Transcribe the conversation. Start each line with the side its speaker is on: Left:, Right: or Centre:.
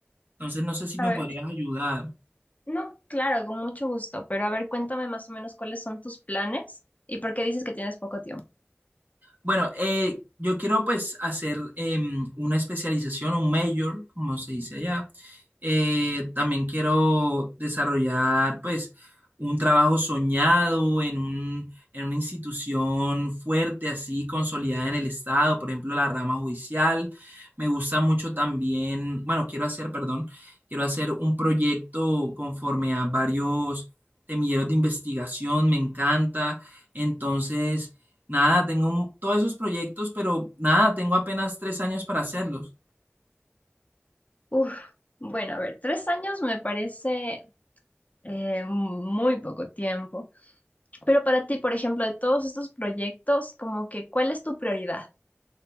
Right: Entonces no sé si
Left: A
Right: me
Left: ver,
Right: podrías ayudar.
Left: no, claro, con mucho gusto, pero a ver, cuéntame más o menos cuáles son tus planes y por qué dices que tienes poco tiempo.
Right: Bueno, eh, yo quiero pues hacer em, una especialización, un major, como se dice allá. Eh, también quiero desarrollar pues un trabajo soñado en un, en una institución fuerte, así consolidada en el Estado, por ejemplo, la rama judicial. Me gusta mucho también, bueno, quiero hacer, perdón, quiero hacer un proyecto conforme a varios semilleros de investigación, me encanta. Entonces... Nada, tengo un- todos esos proyectos, pero nada, tengo apenas tres años para hacerlos.
Left: Uf, bueno, a ver, tres años me parece eh, muy poco tiempo, pero para ti, por ejemplo, de todos estos proyectos, como que, ¿cuál es tu prioridad?